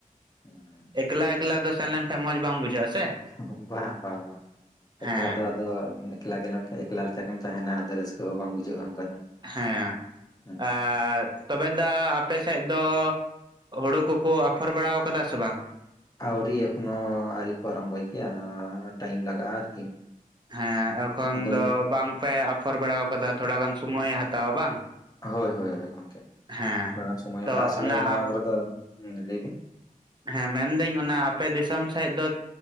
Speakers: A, on the left (about 25°); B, on the right (about 30°).
A: <inaudible>
B: ᱮᱠᱞᱟ ᱮᱠᱞᱟ ᱫᱚ ᱥᱮᱱ ᱞᱮᱱᱠᱟᱱ ᱢᱚᱸᱡᱽ ᱵᱟᱝ ᱵᱩᱡᱷᱟᱹᱜᱼᱟ ᱥᱮ
A: <unintelligible> ᱵᱟᱸ ᱵᱟᱸ ᱵᱟ
B: ᱦᱮᱸ
A: ᱮᱠᱞᱟ ᱫᱚ ᱟᱫᱚ ᱮᱠᱞᱟ <inaudible> ᱮᱠᱞᱟ ᱞᱮᱠᱟ ᱜᱮᱢ ᱛᱟᱦᱮᱱᱟ ᱟᱫᱚ ᱨᱟᱹᱥᱠᱟᱹ ᱦᱚᱸ ᱵᱟᱝ ᱵᱩᱡᱷᱟᱹᱜᱼᱟ ᱚᱱᱠᱟ ᱫᱚ
B: ᱦᱮᱸ
A: ᱦᱮᱸ
B: ᱟᱨ ᱛᱚᱵᱮ ᱫᱟ ᱟᱯᱮ ᱥᱮᱫ ᱫᱚ ᱦᱩᱲᱩ ᱠᱚᱠᱚ ᱟᱯᱷᱚᱨ ᱵᱟᱲᱟᱣ ᱠᱟᱫᱟ ᱥᱮ ᱵᱟᱝ?
A: ᱟᱹᱣᱨᱤ ᱮᱠᱷᱚᱱᱳ ᱟᱣᱨᱤ ᱠᱚ ᱟᱨᱟᱢᱵᱷᱚ ᱜᱮᱭᱟ ᱴᱟᱭᱢ ᱞᱟᱜᱟᱜᱼᱟ ᱟᱨᱠᱤ
B: ᱦᱮᱸ ᱮᱠᱷᱚᱱ
A: ᱟᱫᱚ
B: ᱫᱚ ᱵᱟᱝ ᱯᱮ ᱟᱯᱷᱚᱨ ᱵᱟᱲᱟ ᱠᱟᱫᱟ, ᱛᱷᱚᱲᱟ ᱜᱟᱱ ᱥᱚᱢᱚᱭᱮ ᱦᱟᱛᱟᱣᱟ ᱵᱟᱝ?
A: ᱦᱳᱭᱻᱦᱳᱭᱻᱦᱳᱭ ᱜᱚᱢᱠᱮ,
B: ᱦᱮᱸ
A: ᱛᱷᱚᱲᱟ ᱜᱟᱱ ᱥᱚᱢᱚᱭᱮ
B: ᱛᱚ
A: ᱦᱟᱛᱟᱣᱼᱟ, ᱟᱥᱚᱞᱮ
B: ᱚᱱᱟ
A: ᱱᱚᱣᱟ ᱠᱚᱨᱮ ᱫᱚ, ᱞᱟᱹᱭ ᱵᱤᱱ?
B: ᱦᱮᱸ ᱢᱮᱱᱫᱟᱹᱧ ᱚᱱᱟ ᱟᱯᱮ ᱫᱤᱥᱚᱢ ᱥᱮᱫ ᱫᱚ